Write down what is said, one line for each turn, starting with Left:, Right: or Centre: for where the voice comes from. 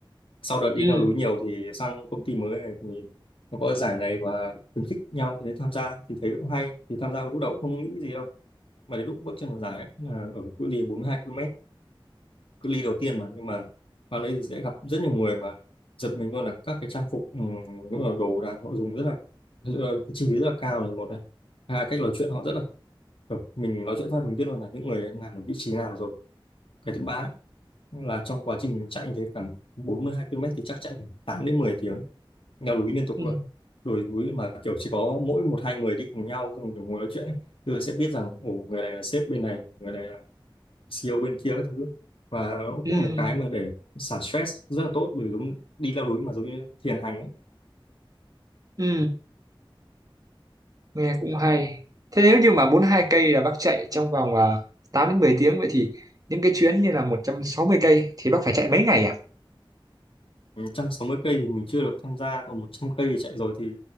Left: sau đợt đi
Right: Ừ.
Left: leo núi nhiều thì sang công ty mới này thì nó có giải này và khuyến khích nhau để tham gia thì thấy cũng hay thì tham gia lúc đầu cũng không nghĩ gì đâu mà đến lúc bước chân vào giải ấy, là ở cự ly 42 km cự ly đầu tiên mà nhưng mà vào đây thì sẽ gặp rất nhiều người mà giật mình luôn là các cái trang phục ừ, cũng là đồ đạc họ dùng rất là rất là- cái chi phí rất là cao là một này hai cách nói chuyện họ rất là kiểu, mình nói chuyện phát mình biết luôn là những người đang làm ở vị trí nào rồi cái thứ ba là trong quá trình chạy như thế khoảng 42 km thì chắc chạy khoảng 8 đến 10 tiếng leo núi liên tục
Right: Ừ.
Left: luôn đồi núi mà kiểu chỉ có mỗi một hai người đi cùng nhau xong kiểu ngồi nói chuyện ấy. thì sẽ biết rằng ồ người này là sếp bên này người này là CEO bên kia các thứ và nó
Right: Ừ.
Left: cũng là một cái mà để xả stress rất là tốt bởi vì giống đi leo núi mà giống như thiền hành ấy.
Right: Ừ. nghe cũng hay thế nếu như mà 42 cây là bác chạy trong vòng à, 8 đến mười tiếng vậy thì những cái chuyến như là 160 cây thì bác phải chạy mấy ngày à
Left: 160 cây thì mình chưa được tham gia còn 100 cây thì chạy rồi thì